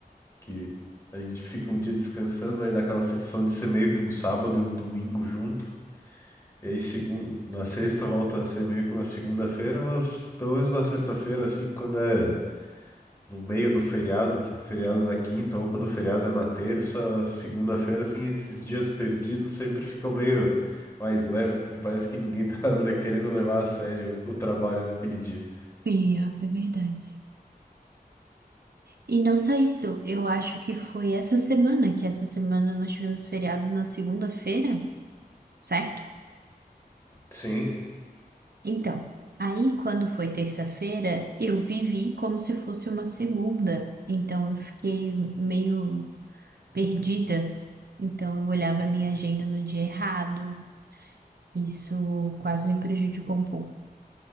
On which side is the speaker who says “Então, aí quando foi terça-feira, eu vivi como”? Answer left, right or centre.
Right